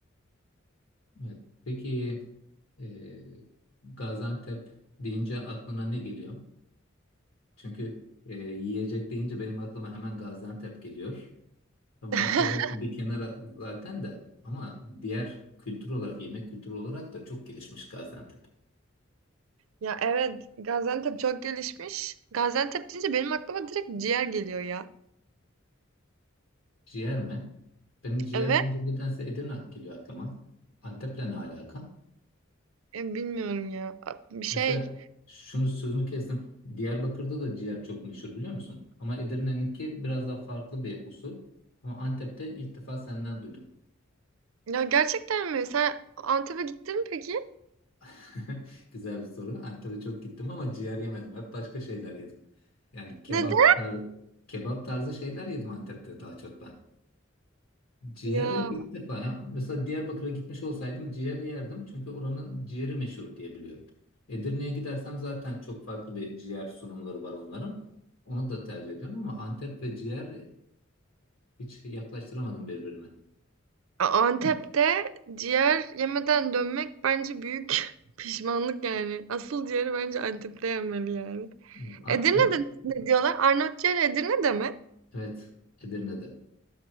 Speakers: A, on the left; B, on the right.
A: Evet. Peki e, Gaziantep deyince aklına ne geliyor? Çünkü e, yiyecek deyince benim aklıma hemen Gaziantep geliyor. Tabii
B: <laughs>
A: Baklava bir kenara zaten de ama diğer kültür olarak, yemek kültürü olarak da çok gelişmiş Gaziantep.
B: Ya evet Gaziantep çok gelişmiş. Gaziantep deyince benim aklıma direkt ciğer geliyor ya.
A: Ciğer mi? Benim ciğer
B: Evet.
A: deyince nedense Edirne geliyor aklıma. Antep'le ne alaka?
B: E, bilmiyorum ya. A- Bir şey.
A: Mesela şunu sözünü kestim. Diyarbakır'da da ciğer çok meşhur biliyor musun? Ama Edirne'ninki biraz daha farklı bir usul. Ama Antep'te ilk defa senden duydum.
B: Ya gerçekten mi? Sen Antep'e gittin mi peki?
A: <laughs> Güzel bir soru. Antep'e çok gittim ama ciğer yemedim. Hep başka şeyler yedim. Yani kebap
B: Neden?
A: tarzı, kebap tarzı şeyler yedim Antep'te daha çok ben. Ciğeri
B: Ya
A: ilk defa. ya mesela Diyarbakır'a gitmiş olsaydım ciğer yerdim. Çünkü oranın ciğeri meşhur diye biliyorum. Edirne'ye gidersem zaten çok farklı bir ciğer sunumları var onların. Onu da tercih ediyorum ama Antep ve ciğer hiç yaklaştıramadım birbirine.
B: A- Antep'te ciğer yemeden dönmek bence büyük <laughs> pişmanlık yani. Asıl ciğeri bence Antep'te yemeli yani.
A: Evet, An-
B: Edirne'de
A: An-
B: ne diyorlar? Arnavut ciğeri Edirne'de mi?
A: evet Edirne'de.